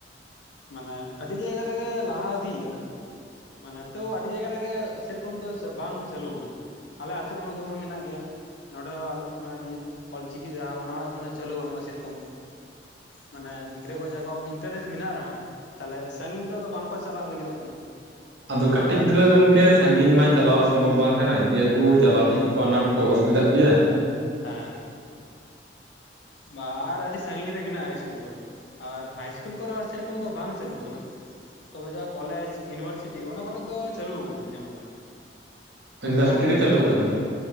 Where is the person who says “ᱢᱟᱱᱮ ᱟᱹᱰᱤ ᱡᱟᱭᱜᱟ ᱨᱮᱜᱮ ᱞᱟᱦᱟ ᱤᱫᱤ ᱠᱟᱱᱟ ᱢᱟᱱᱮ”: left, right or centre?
Left